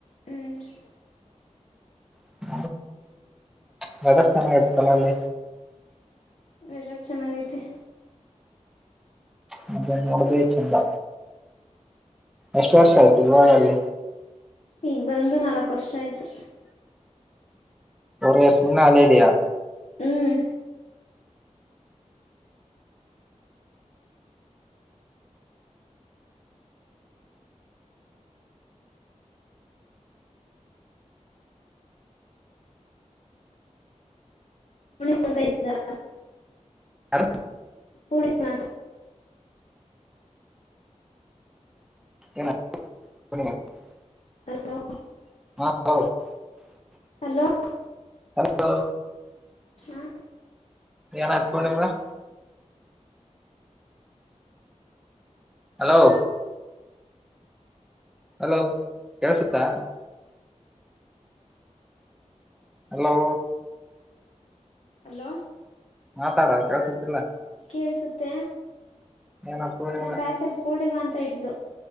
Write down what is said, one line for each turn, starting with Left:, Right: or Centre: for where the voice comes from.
Left: ಹ್ಮ್.
Centre: <unintelligible> ವೇದರ ಚೆನ್ನಾಗಿತ್ತಲ್ಲ ಅಲ್ಲಿ.
Left: ವೆದರ್ ಚೆನ್ನಾಗ ಗೈತೆ.
Centre: ಮುಗ್ಗನ ಮೂಡದೆ ಚಂದ. ಎಷ್ಟು ವರ್ಷ ಆಯ್ತು ಇವಾಗ ಅಲ್ಲಿ.
Left: ಈಗ ಬಂದು ನಾಲ್ಕು ವರ್ಷ ಆಯ್ತು.
Centre: <unintelligible> ಸುಮ್ನೆ ಅಲೇದೆಯಾ.
Left: ಹ್ಮ್ ಮಿಲಿಗಿ ಕುಂತೆದೀಯಲ್ಲ.
Centre: ಯಾರ.
Left: ಪೂರ್ಣಿಮಾ ಅಂತ
Centre: <inaudible>
Left: ಹಲೋ ಹಲೋ.
Centre: ಹಲೋ.
Left: ಹಾ
Centre: ಏನ್ ಆಯ್ತ ಪೂರ್ಣಿಮಾಗ. ಹಲೋ. ಹಲೋ ಕೆಳ್ಸತ್ತಾ. ಹಲೋ.
Left: ಹಲೋ.
Centre: ಮಾತಾಡ ಕೆಳಸತ್ತಿಲ್ಲ.
Left: ಕೇಳಸುತ್ತ
Centre: ಏನಾಯ್ತು ಪೂರ್ಣಿಮಗ
Left: ನಮ್ಮ ಬ್ಯಾಚಲ್ಲಿ ಪೂರ್ಣಿಮಾ ಅಂತ ಇದ್ಲು.